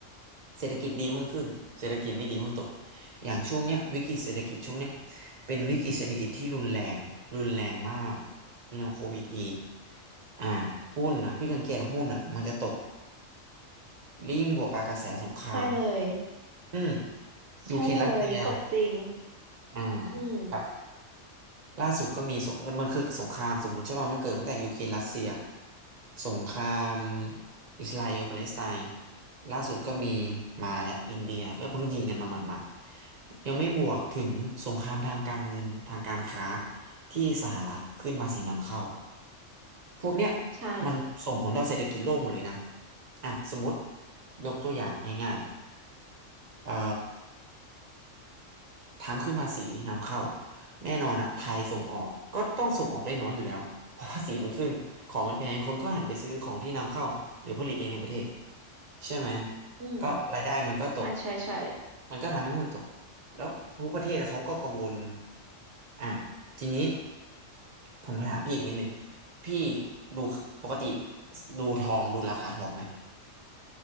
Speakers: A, on the right (about 40°); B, on the right (about 65°).
A: เศรษฐกิจดีหุ้นขึ้นเศรษฐกิจไม่ดีหุ้นตก อย่างช่วงเนี้ยวิกฤตเศรษฐกิจช่วงเนี้ยเป็นวิกฤตเศรษฐกิจที่รุนแรงรุนแรงมากรุนแรื่าโควิดอีกอ่าหุ้นนะพี่สังเกตหุ้นอ่ะมันจะตกลิงก์บวกกับกระแสสงคราม
B: ใช่เลย
A: อืม
B: ใช่เลยตกจริง
A: ยูเครนรัสเซีย อืม
B: อืม
A: ครับล่าสุดก็มีสงเออมันคือสงครามสมมุติใช่ป่ะมันเกิดตั้งแต่ยูเครนรัสเซียสงครามอิสราเอลปาเลสไตน์ล่าสุดก็มีมาและอินเดียก็เพิ่งยิงกันมาหมาดๆยังไม่บวกถึงสงครามทางการเงินทางการค้าที่สหรัฐขึ้นภาษีนำเข้าพวกเนี้ย
B: ใช่
A: มันส่งผลต่อเศรษฐกิจโลกหมดเลยนะอ่ะสมมติยกตัวอย่างง่ายๆเอ่อ ทำขึ้นภาษีนำเข้าแน่นอนอะไทยส่งออกก็ต้องส่งออกได้น้อยอยู่แล้วเพราะภาษีมันขึ้นของมันแพงคนก็หันไปซื้อของที่นำเข้าหรือผลิตเองในประเทศใช่ไหม
B: อืม
A: ก็รายได้มันก็ตก
B: ใช่ใช่ใช่
A: มันก็ทำให้หุ้นตกแล้วรู้ประเทศอะเขาก็กังวลอ่ะทีนี้ผมมาถามพี่อีกนิดหนึงพี่ดูปกติดูทองดูราคาทองไหม